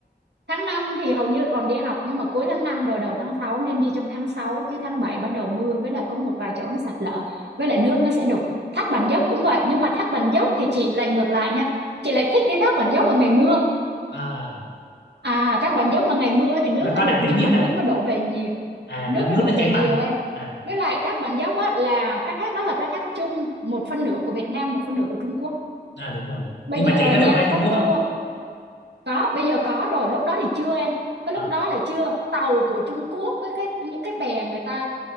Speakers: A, on the right (about 75°); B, on the left (about 80°).
A: Tháng 5 thì hầu như còn đi học nhưng mà cuối tháng 5 rồi đầu tháng sáu nên đi trong tháng sáu chứ tháng 7 bắt đầu mưa với lại có một vài chỗ nó sạt lở với lại nước nó sẽ đục. Thác Bản Dốc cũng vậy nhưng mà Thác Bản Dốc thì chị lại ngược lại nha. Chị lại thích đi Thác Bản Dốc vào ngày mưa.
B: À,
A: À Thác Bản Dốc mà ngày mưa thì nước
B: nó
A: nó
B: có
A: đục
B: đặc điểm
A: nhưng
B: gì
A: mà nước
B: ta?
A: nó đổ về nhiều,
B: À
A: nước
B: nó, nước
A: nó đổ
B: nó
A: về
B: chảy mạnh.
A: nhiều em.
B: À,
A: Với lại Thác Bản Dốc á là cái thác đó là cái thác chung một phân nửa của Việt Nam, một phân nửa của Trung Quốc.
B: à đúng rồi, đúng.
A: Bây
B: Nhưng
A: giờ
B: mà chị có
A: nha,
B: được qua Trung
A: có tour
B: Quốc không?
A: Có, bây giờ có rồi, lúc đó thì chưa em. Cái
B: À,
A: lúc đó là chưa, tàu của Trung Quốc với cái những cái bè người ta